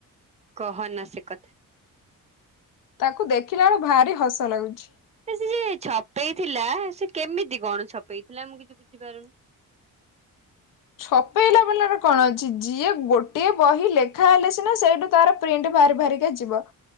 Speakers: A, on the right; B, on the left.
A: କହନା ସେ କଥା।
B: ତାକୁ ଦେଖିଲା ବେଳେ ଭାରି ହସ ଲାଗୁଛି।
A: ସେ ଯେ ଛପେଇଥିଲା ସେ କେମିତି କଣ ଛପେଇଥିଲା ମୁଁ କିଛି ବୁଝିପାରୁନି।
B: ଛପେଇଲା ବେଲାରେ କଣ ଅଛି? ଯିଏ ଗୋଟିଏ ବହି ଲେଖା ହେଲେ ସିନା ସେଇଠୁ ତାର ପ୍ରିଣ୍ଟ ବାହାରି ବାହାରିକା ଯିବ।